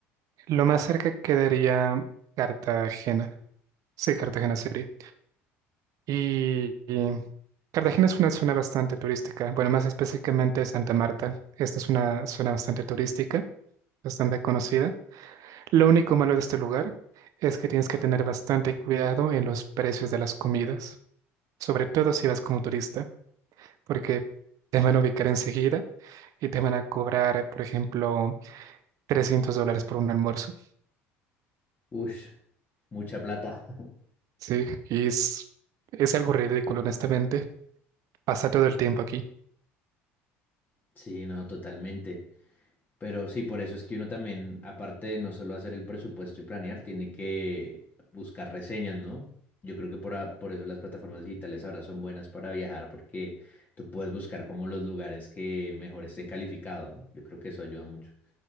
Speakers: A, on the right; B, on the left.
A: lo más cerca quedaría Cartagena. Sí, Cartagena City. Y, y Cartagena es una zona bastante turística. Bueno, más específicamente Santa Marta. Esta es una zona bastante turística, bastante conocida. Lo único malo de este lugar es que tienes que tener bastante cuidado en los precios de las comidas, sobre todo si vas como turista, porque te van a ubicar enseguida y te van a cobrar, por ejemplo, trescientos dólares por un almuerzo.
B: Ush, mucha plata. <laughs>
A: Sí, y es, es algo ridículo, honestamente. Pasa todo el tiempo aquí,
B: Sí, no, totalmente. Pero sí, por eso es que uno también, aparte de no solo hacer el presupuesto y planear, tiene que buscar reseñas, ¿no? Yo creo que por, a- por eso las plataformas digitales ahora son buenas para viajar, porque tú puedes buscar como los lugares que mejor estén calificados, ¿no? Yo creo que eso ayuda mucho.